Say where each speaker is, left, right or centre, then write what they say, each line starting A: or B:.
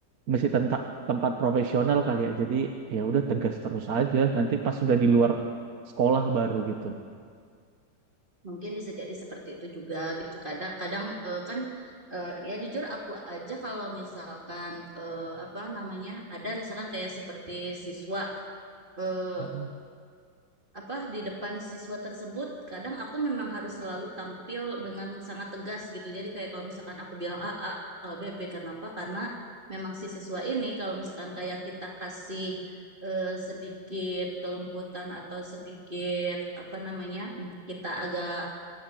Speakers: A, on the right; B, on the right.
A: masih tenta- tempat profesional kali ya jadi ya udah tegas terus aja nanti pas sudah di luar sekolah baru gitu.
B: Mungkin bisa jadi seperti itu juga gitu. Kadang-kadang eh, kan eh, ya jujur aku aja kalau misalkan eh, apa namanya ada misalkan kayak seperti siswa eh,
A: Mhm.
B: apa di depan siswa tersebut kadang aku memang harus selalu tampil dengan sangat tegas gitu jadi kayak kalau misalkan aku bilang A A kalau B B kenapa karena memang si siswa ini kalau misalkan kayak kita kasih eh, sedikit kelembutan atau sedikit apa namanya mm, kita agak